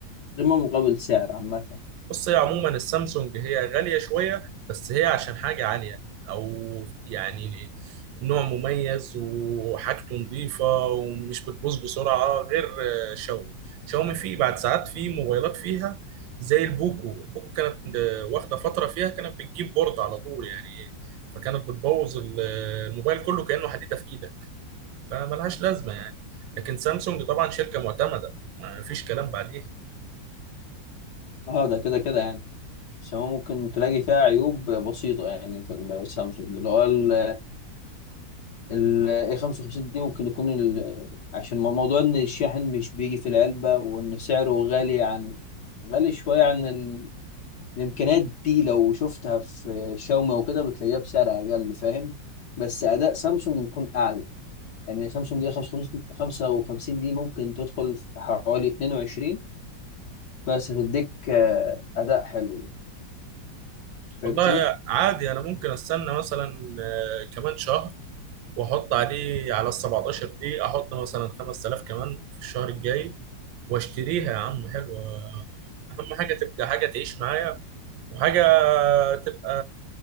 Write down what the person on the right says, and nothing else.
بص هي عموما السامسونج هي غالية شوية بس هي عشان حاجة عالية أو يعني نوع مميز وحاجته نظيفة ومش بتبوظ بسرعة غير آه، شاومي شاومي فيه بعد ساعات فيه موبايلات فيها زي البوكو البوكو كانت آه، واخدة فترة فيها كانت بتجيب بورد على طول يعني فكانت بتبوظ ال- آه، الموبايل كله كأنه حديدة في إيدك فملهاش لازمة يعني لكن سامسونج طبعا شركة معتمدة ما فيش كلام بعديها
والله عادي انا ممكن استنى مثلا آه، كمان شهر واحط عليه على ال 17 دي احط مثلا 5000 كمان في الشهر الجاي واشتريها يا عم حلوه اهم حاجه تبقى حاجه تعيش معايا وحاجه تبقى